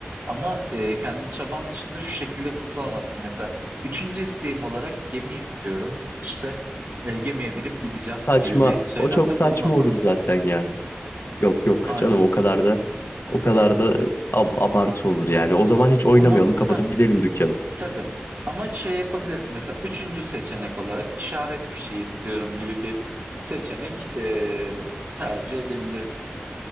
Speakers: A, on the right (about 70°); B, on the left (about 90°).
A: Ama e, kendi çaban dışında şu şekilde kurtulamazsın. Mesela üçüncü isteğim olarak gemi istiyorum. İşte e, gemiye binip gideceğim
B: Saçma.
A: gibi bir söylemde
B: O çok saçma
A: bulunamazsın.
B: olur zaten ya. Yok yok
A: Aynen.
B: canım o kadar da o kadar da e, ab- abartı olur yani. O zaman hiç oynamayalım
A: Ama <laughs>
B: kapatıp gidelim dükkanı.
A: Tabii. Ama şey yapabilirsin mesela üçüncü seçenek olarak işaret fişeği istiyorum gibi bir seçenek e, tercih edebilirsin.